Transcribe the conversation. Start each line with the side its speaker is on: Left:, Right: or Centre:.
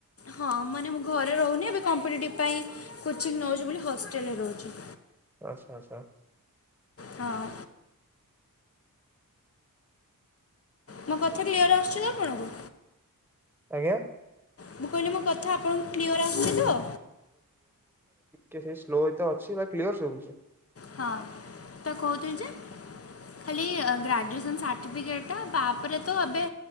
Left: ହଁ ମାନେ ମୁଁ ଘରେ ରହୁନି ଏବେ କମ୍ପିଟେଟିପ ପାଇଁ କୋଚିଂ ନୋଉଚି ବୋଲି ହଷ୍ଟେଲରେ ରୋହୁଚି।
Centre: ଆଛା ଆଛା
Left: ହଁ ମୋ କଥା କ୍ଲିୟର ଆସୁଛି ନା ଆପଣଙ୍କୁ?
Centre: ଆଜ୍ଞା।
Left: ମୁଁ କହିଲି ମୋ କଥା ଆପଣଙ୍କୁ କ୍ଲିୟର ଆସୁଚିତ।
Centre: ସେ ସ୍ଲୋ ଏତ ଅଛି ବା କ୍ଲିୟର ଶୁଭୁଛି।
Left: ହଁ ତ କହୁଥିଲି ଯେ ଖାଲି ଗ୍ରାଜୁଏସନ୍ ସାଠୀ ପିକେଟ୍ ଟା ତା ପରେ ତ ଏଵେ